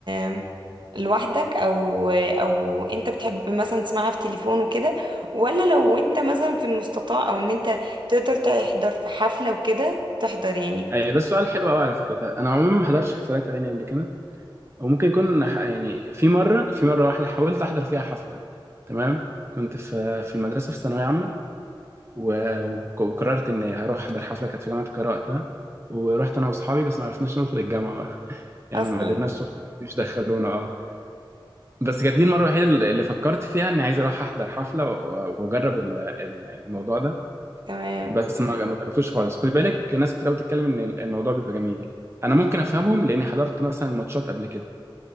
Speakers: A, on the right; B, on the right.
A: آم، لوحدك أو أو أنت بتحب مثلا تسمعها في تليفون وكده ولا لو أنت مثلا في المستطاع أو أن أنت تقدر تحضر في حفلة وكده تحضر يعني
B: اي ده سؤال حلو قوي على فكره انا عموما ما حضرتش حفلات اغاني قبل كده او ممكن يكون ح- يعني في مره في مره واحده حاولت احضر فيها حفله تمام كنت في في المدرسه في ثانويه عامه و- وك- وقررت اني هروح احضر حفله كانت في جامعه القاهره وقتها ورحت انا واصحابي بس ما عرفناش ندخل الجامعه بقى <laughs> يعني
A: أصلا
B: ما قدرناش ندخل مش دخلونا اه بس كانت دي المره الوحيده اللي اللي فكرت فيها اني عايز اروح احضر حفله و- واجرب ال- ال- الموضوع ده
A: تمام
B: بس ما ما جربتوش خالص خدي بالك ناس كتير قوي بتتكلم ان الموضوع بيبقى جميل انا ممكن افهمهم لاني حضرت مثلا ماتشات قبل كده